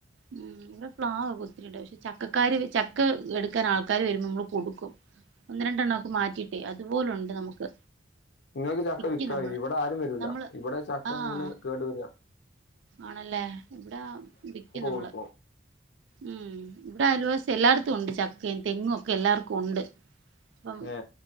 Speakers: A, on the right; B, on the left.
A: ഉം. ഇവ്ടെ ഫ്ലാവാ കുത്തി ടാ. പക്ഷെ ചക്കക്കാര് ചക്ക എടുക്കാൻ ആൾക്കാര് വരുമ്പൊ മ്മള് കൊടുക്കും. ഒന്ന് രണ്ടെണ്ണൊക്കെ മാറ്റിയിട്ടെ. അതുപോലുണ്ട് നമുക്ക്.
B: ങ്ങെൾക്ക് ചക്ക
A: വിക്കും
B: വിക്കാ
A: നമ്മള്
B: കയ്യും. വടെ ആരും വരൂല.
A: നമ്മള്
B: ഇവടെ ചക്ക
A: ആഹ്
B: വീണ് കേട് വെരാ
A: ആണല്ലേ. ഇവ്ടെ വിക്കും നമ്മള്.
B: കൊടുക്കും
A: ഉം. ഇവടെ അയൽവസി എല്ലാടത്തും ഉണ്ട് ചക്കയും, തെങ്ങും ഒക്കെ എല്ലാർക്കും ഉണ്ട്. പ്പം
B: ഏ